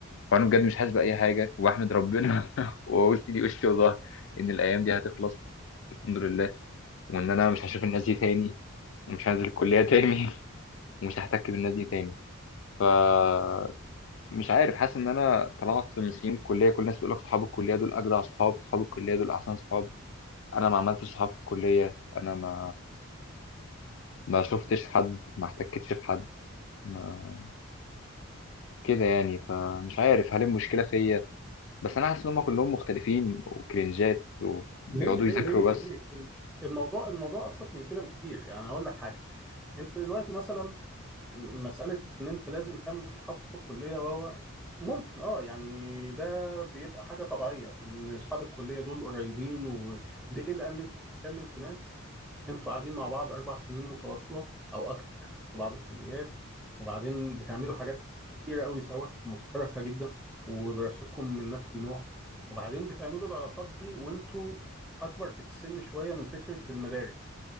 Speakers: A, on the left; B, in the centre.
A: فانا بجد مش حاسس باي حاجه وبحمد ربنا <laughs> وقلت لي وشي وظهري ان الايام دي هتخلص الحمد لله وان انا مش هشوف الناس دي تاني ومش هنزل الكليه تاني <laughs> ومش هحتك بالناس دي تاني فمش عارف حاسس ان انا طلعت من سنين الكليه كل الناس بتقول لك اصحاب الكليه دول اجدع صحاب اصحاب الكليه دول احسن صحاب انا ما عملتش صحاب في الكليه انا ما ما شفتش حد ما احتكتش بحد ما كده يعني فمش عارف هل المشكله فيا بس انا حاسس ان هم كلهم مختلفين وكرنجات
B: ليه
A: وبيقعدوا
B: ليه
A: يذاكروا
B: ليه
A: بس
B: ليه الموضوع الموضوع ابسط من كده بكتير يعني هقول لك حاجه انت دلوقتي مثلا مسألة إن أنت لازم تعمل صحاب في الكلية وهو ممكن اه يعني ده بيبقى حاجة طبيعية إن أصحاب الكلية دول قريبين وليه؟ لأن أنت بتتكلم في ناس أنتوا قاعدين مع بعض أربع سنين متواصلة أو أكتر في بعض الكليات وبعدين بتعملوا حاجات كتيرة أوي سوا مشتركة جدا ودراستكم من نفس النوع وبعدين بتعملوا العلاقات دي وأنتوا أكبر في السن شوية من فكرة المدارس